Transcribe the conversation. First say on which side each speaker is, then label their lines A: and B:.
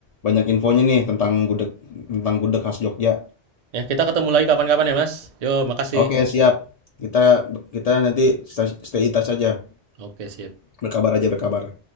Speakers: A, on the left; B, on the right.
A: banyak infonya nih tentang gudeg tentang gudeg khas Jogja.
B: ya kita ketemu lagi kapan-kapan ya, Mas. Yo, makasih.
A: Oke siap, kita kita nanti stay stay in touch aja,
B: Oke, sip.
A: berkabar aja berkabar.